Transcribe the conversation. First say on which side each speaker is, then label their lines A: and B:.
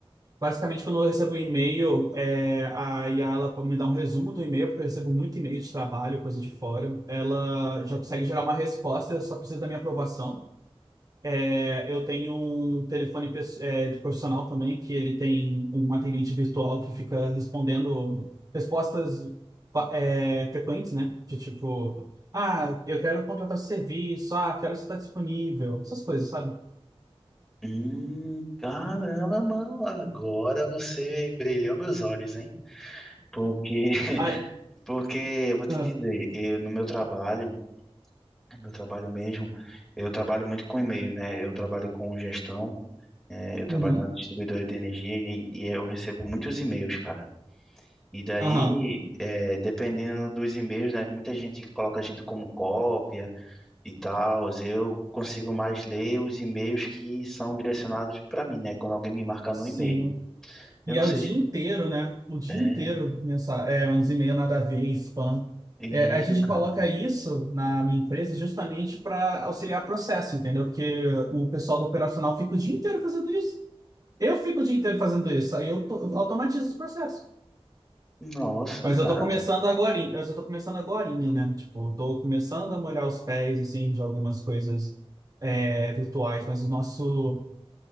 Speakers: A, on the right (about 35°); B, in the centre.
A: Basicamente, quando eu recebo um e-mail, é, a Yala me dá um resumo do e-mail, porque eu recebo muito e-mail de trabalho, coisa de fora. Ela já consegue gerar uma resposta, eu só precisa da minha aprovação. É, eu tenho um telefone pes- é, de profissional também, que ele tem um atendente virtual que fica respondendo respostas fa- é, frequentes, né? De tipo, ah, eu quero contratar esse serviço, ah, que horas você está disponível, essas coisas, sabe?
B: Hum, caramba, mano, agora você brilhou meus olhos, hein? Porque, <laughs>
A: Ah,
B: porque eu vou te
A: ah,
B: dizer, eu, no meu trabalho, no meu trabalho mesmo, eu trabalho muito com e-mail, né? Eu trabalho com gestão, eh, eu trabalho
A: uhum.
B: numa distribuidora de energia e, e eu recebo muitos e-mails, cara. E daí,
A: Aham.
B: é, dependendo dos e-mails, né? Muita gente coloca a gente como cópia e tal. Eu consigo mais ler os e-mails que são direcionados para mim, né? Quando alguém me marca
A: Sim.
B: no e-mail.
A: E
B: Eu não
A: é
B: sei
A: o dia
B: se...
A: inteiro, né? O dia
B: É,
A: inteiro, mensa- é, uns e-mail nada a ver, spam.
B: isso,
A: É, a gente
B: cara.
A: coloca isso na minha empresa justamente para auxiliar processo, entendeu? Porque o pessoal do operacional fica o dia inteiro fazendo isso. Eu fico o dia inteiro fazendo isso, aí eu, to- automatizo os processos.
B: Nossa,
A: Mas
B: cara.
A: eu tô começando agora, eu só tô começando agora, né? Tipo, eu tô começando a molhar os pés, assim, de algumas coisas é, virtuais, mas o nosso,